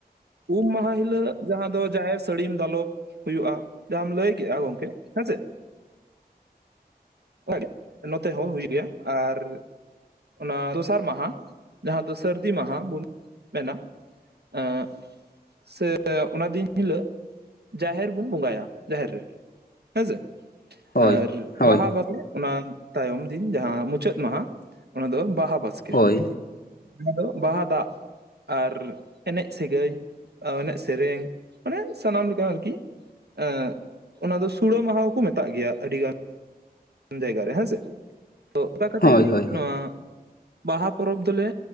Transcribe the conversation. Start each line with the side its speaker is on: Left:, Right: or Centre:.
Right: ᱩᱢ ᱢᱟᱦᱟ ᱦᱤᱞᱟᱹᱜ ᱡᱟᱦᱟᱸ ᱫᱚ ᱡᱟᱦᱮᱨ ᱥᱟᱹᱲᱤᱢ ᱫᱟᱞᱚᱵ ᱦᱩᱭᱩᱜᱼᱟ ᱞ, ᱡᱟᱦᱟᱸᱢ ᱞᱟᱹᱭ ᱠᱮᱜᱼᱟ ᱜᱚᱝᱠᱮ ᱦᱮᱸ ᱥᱮ, <inaudible> ᱜᱮ ᱱᱚᱛᱮ ᱦᱚᱸ ᱦᱩᱭᱩᱜ ᱜᱮᱭᱟ ᱟᱨ ᱚᱱᱟ ᱫᱚᱥᱟᱨ ᱢᱟᱦᱟ, ᱡᱟᱦᱟᱸ ᱫᱚ ᱥᱟᱹᱨᱫᱤ ᱢᱟᱦᱟ ᱵᱩᱱ ᱢᱮᱱᱟ, ᱮᱸ ᱥᱮ ᱚᱱᱟ ᱫᱤᱱ ᱦᱤᱞᱟᱹᱜ ᱡᱟᱦᱮᱨ ᱵᱚᱱ ᱵᱚᱸᱜᱟᱭᱟ, ᱡᱟᱦᱮᱨ ᱨᱮ ᱦᱮᱸ ᱥᱮ ᱾
Left: ᱦᱳᱭ
Right: ᱟᱨ
Left: ᱦᱳᱭ
Right: ᱵᱟᱦᱟ ᱵᱟᱥ ᱚᱱᱟ ᱛᱟᱭᱚᱢ ᱫᱤᱱ ᱡᱟᱦᱟᱸ ᱢᱩᱪᱟᱹᱫ ᱢᱟᱦᱟ ᱚᱱᱟ ᱫᱚ ᱵᱟᱦᱟ ᱵᱟᱥᱠ ᱾ ᱠᱮ
Left: ᱦᱳᱭ
Right: ᱡᱟᱦᱟᱸ ᱫᱚ ᱵᱟᱦᱟ ᱫᱟᱜ ᱟᱨ ᱮᱱᱮᱡ ᱥᱟᱹᱜᱟᱹᱭ, ᱮᱱᱮᱡ ᱥᱮᱨᱮᱧ ᱢᱟᱱᱮ ᱥᱟᱱᱟᱢ ᱞᱮᱠᱟ ᱟᱨᱠᱤ ᱾ ᱮᱸ ᱚᱱᱟ ᱫᱚ ᱥᱩᱲᱟᱹ ᱢᱟᱦᱟ ᱦᱚᱸᱠᱚ ᱢᱮᱛᱟᱜ ᱜᱮᱭᱟ ᱟᱹᱰᱤ ᱜᱟᱱ ᱡᱟᱭᱜᱟ ᱨᱮ ᱦᱮᱸᱥᱮ᱾ ᱛᱚ ᱚᱱᱠᱟ ᱠᱟᱛᱮ
Left: ᱦᱳᱭ
Right: ᱜᱮ
Left: ᱦᱳᱭ ᱦᱳᱭ
Right: ᱱᱚᱣᱟ ᱵᱟᱦᱟ ᱯᱚᱨᱚᱵᱽ ᱫᱚᱞᱮ